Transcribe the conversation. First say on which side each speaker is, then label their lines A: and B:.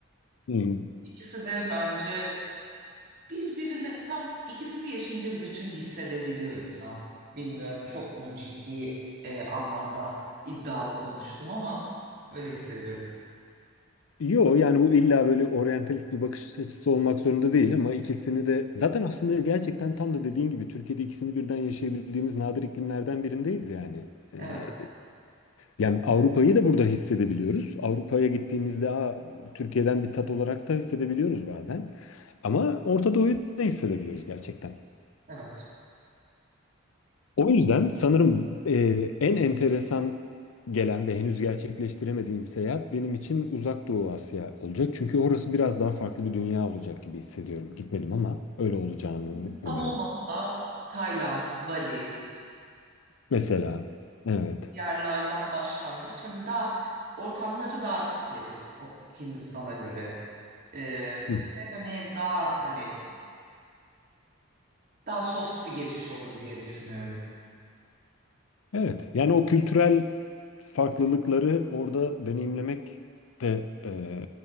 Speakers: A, on the left; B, on the right.
A: Hmm.
B: İkisi de bence Birbirine tam ikisini yaşayınca bütün hissedebiliyor insan. Bilmiyorum çok mu ciddi e, anlamda iddialı konuştum ama öyle hissediyorum.
A: Yo yani bu illa böyle oryantalist bir bakış açısı olmak zorunda değil ama ikisini de zaten aslında gerçekten tam da dediğin gibi Türkiye'de ikisini birden yaşayabildiğimiz nadir iklimlerden birindeyiz yani. Ee,
B: Evet,
A: yani Avrupa'yı da burada hissedebiliyoruz. Avrupa'ya gittiğimizde Aa, Türkiye'den bir tat olarak da hissedebiliyoruz bazen. Ama Orta Doğu'yu da hissedebiliyoruz gerçekten.
B: evet.
A: O yüzden sanırım e, en enteresan gelen ve henüz gerçekleştiremediğim seyahat benim için Uzak Doğu Asya olacak. Çünkü orası biraz daha farklı bir dünya olacak gibi hissediyorum. Gitmedim ama öyle olacağını
B: Hindistan
A: umuyorum.
B: olmasa da Tayland, Bali,
A: Mesela, evet.
B: yerlerden başlangıç. Hani daha ortamları daha steril o Hindistan'a göre. Ee,
A: Hı.
B: ve hani daha hani daha soft bir geçiş olur diye düşünüyorum.
A: Evet, yani o kültürel farklılıkları orada deneyimlemek de e,